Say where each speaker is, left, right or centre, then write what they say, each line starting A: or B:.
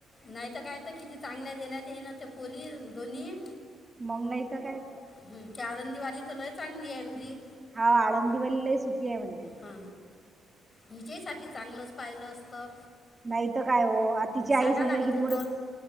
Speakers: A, on the left (about 35°); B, on the right (about 25°).
A: नाहीत काय तर किती चांगल्या दिला ते ये ना ते पोरी दोन्ही
B: मग नाही तर काय.
A: हम् घरी आळंदी वाली तर लय चांगली आहे घरी.
B: हा आळंदी वाली सुखी आहे म्हणते.
A: हा हिच्याइसाठी चांगलंच पाहिलं असतं.
B: नाही तर काय हो आता तिची
A: सांगा
B: आई समजा
A: लागत
B: किती
A: होतं
B: <unintelligible>